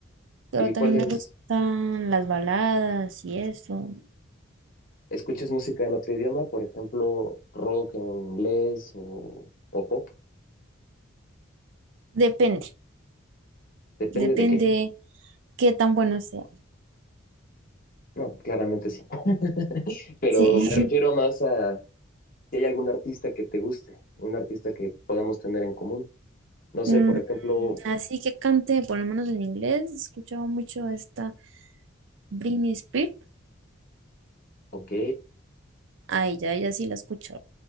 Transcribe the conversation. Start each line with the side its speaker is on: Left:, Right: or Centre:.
Right: pero
Left: ¿Y
Right: también
Left: cuál es?
Right: me gustan las baladas y eso.
Left: ¿Escuchas música en otro idioma? Por ejemplo, rock en inglés o, o pop.
Right: Depende,
Left: Depende
Right: depende
Left: de qué.
Right: qué tan bueno sea.
Left: No, claramente sí. <laughs> Pero
Right: Sí.
Left: me refiero
Right: <laughs>
Left: más a si hay algún artista que te guste, un artista que podamos tener en común. No sé,
Right: Mm,
Left: por ejemplo,
Right: Así que cante, por lo menos en inglés, escuchaba mucho a esta Britney Spears.
Left: ok,
Right: A ella, ella sí la he escuchado.